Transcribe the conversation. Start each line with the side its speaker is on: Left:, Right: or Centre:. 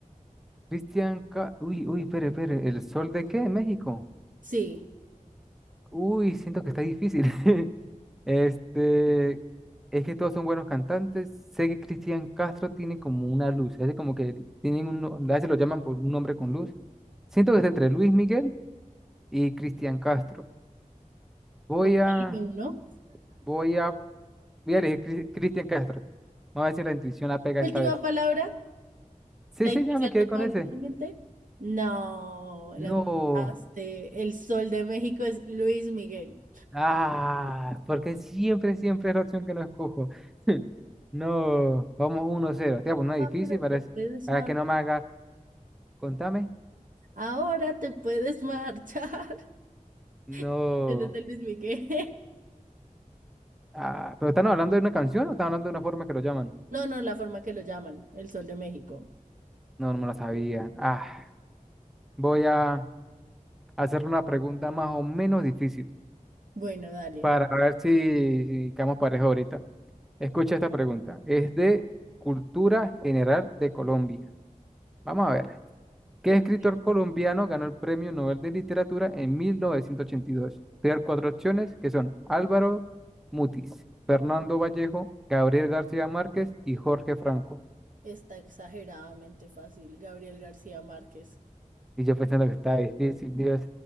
Centre: Cristian, Ca- uy, uy, espere, espere, ¿el sol de qué? ¿México?
Right: Sí,
Centre: Uy, siento que está difícil. <laughs> Este, es que todos son buenos cantantes. Sé que Cristian Castro tiene como una luz, hace como que tienen un, no- a veces lo llaman por un nombre con luz. Siento que está entre Luis Miguel y Cristian Castro. Voy
Right: bueno,
Centre: a,
Right: y uno.
Centre: voy a, voy a elegir Cris- Cristian Castro. Vamos a ver si la intuición la pega esta
Right: Última
Centre: vez.
Right: palabra,
Centre: Sí,
Right: la
Centre: sí,
Right: intuición
Centre: ya me quedé
Right: no
Centre: con
Right: fue
Centre: ese.
Right: realmente. No,
Centre: No,
Right: la mataste. El Sol de México es Luis Miguel.
Centre: ah, porque siempre, siempre es la opción que no escojo. <laughs> No, vamos uno cero. Te voy a poner una
Right: Ahora
Centre: difícil para,
Right: te
Centre: es-
Right: puedes
Centre: para
Right: marchar.
Centre: que no me hagas. Contame.
Right: Ahora te puedes marchar.
Centre: No.
Right: <laughs> Tienes de Luis Miguel.
Centre: Ah, ¿pero están hablando de una canción o están hablando de una forma que lo llaman?
Right: No, no, la forma que lo llaman, el Sol de México.
Centre: No, no me la sabía. Ah, voy a hacer una pregunta más o menos difícil
Right: Bueno, dale.
Centre: para ver si, si quedamos parejos ahorita. Escucha esta pregunta. Es de cultura general de Colombia. Vamos a ver. ¿Qué
Right: Ok,
Centre: escritor colombiano ganó el Premio Nobel de Literatura en 1982? Te voy a dar cuatro opciones que son Álvaro Mutis, Fernando Vallejo, Gabriel García Márquez y Jorge Franco.
Right: está exageradamente fácil, Gabriel García Márquez. <laughs>
Centre: Y yo pensando que está difícil, Dios.